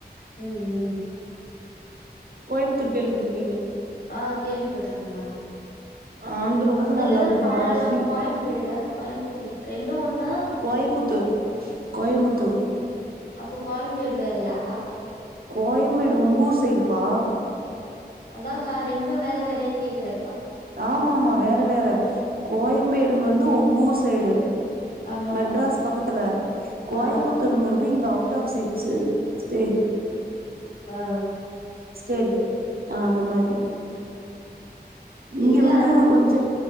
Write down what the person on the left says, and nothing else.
ம் ம்
அ கேள்விப்பட்டுருக்கங்க
அங்கதானே
பழலா
கோயம்பேடா கோயம்புத்தூரா ரெண்டு ஒண்ணா
அப்போ கோயம்பேடு வேறியா
அதான்க்கா ரெண்டு வேற வேறையான்னு கேக்குறே
ஆமாமா
ஆ
அ அ
இல்ல